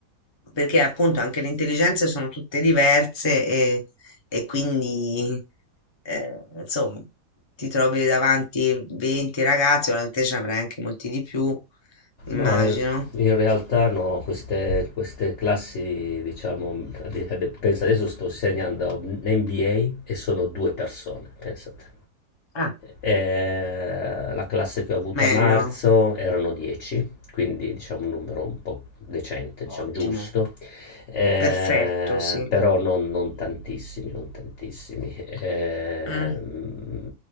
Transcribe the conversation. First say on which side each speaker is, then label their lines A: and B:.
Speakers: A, on the left; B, on the left.
A: perché appunto anche le intelligenze sono tutte diverse e, e quindi eh, insomma ti trovi davanti 20 ragazzi, ora te ce ne avrai anche molti di più, immagino.
B: No, in in realtà no, queste, queste classi, diciamo, ade- ade- pensa adesso sto insegnando a un MBA e sono due persone, pensate.
A: Ah,
B: Eh, la classe che ho avuto
A: meglio.
B: a marzo erano 10, quindi diciamo un numero un po' decente, diciamo
A: Ottimo.
B: giusto, Eh,
A: Perfetto, sì.
B: però non, non tantissimi, non tantissimi. Eh,
A: Mm,
B: mm,